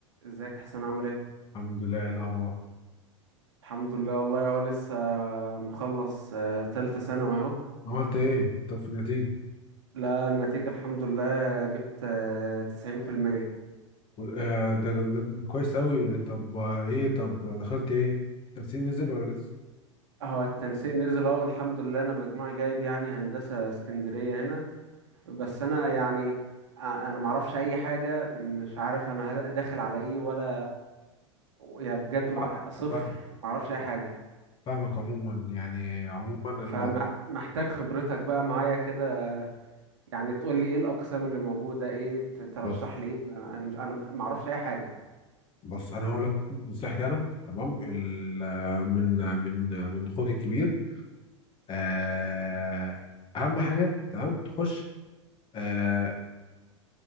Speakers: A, on the right (about 65°); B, on the left (about 30°).
A: ازيك يا حسين عامل ايه
B: الحمد لله إيه الاخبار
A: الحمد لله والله هو لسه مخلص آه، تالتة ثانوي اهو
B: عملت ايه طب في النتيجه
A: لا النتيجة الحمد لله جبت آه، تسعين في المية
B: وال- آه ده, ده كويس اوي طب آه، ايه طب دخلت ايه التنسيق نزل ولا لسه
A: هو التنسيق نزل اهو الحمد لله انا مجموعي جايب يعني هندسة اسكندرية هنا بس انا يعني آه، انا معرفش اي حاجة مش عارف انا ه- داخل على ايه ولا يعني بجد مع...
B: فاهم
A: صفر
B: فاهم
A: معرفش
B: فاهم-
A: اي حاجة
B: فاهمك عموما يعني عموما الموضوع
A: فمحتاج خبرتك بقى معايا كده يعني تقول لي ايه الاقسام اللي موجوده ايه ت- ترشح
B: بص
A: لي ايه انا مش انا ما اعرفش اي حاجه
B: بص انا هقول لك نصيحتي انا تمام ال- آه، من من من اخوك الكبير آه اهم حاجه تمام تخش آه،